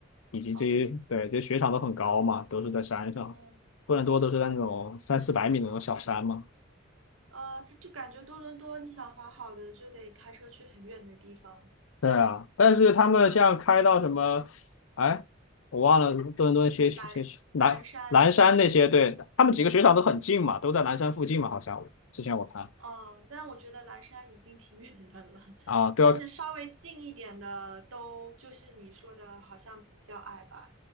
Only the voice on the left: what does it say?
以及这些对这些雪场都很高嘛，
都是在山上。
多伦多都是在那种三四百米的那种小山嘛，
对啊，但是他们像开到什么，
哎，我忘了多伦顿顿些些南南山那些，
对，他们几个雪场都很近嘛，
都在南山附近嘛，好像我之前我看
啊，都要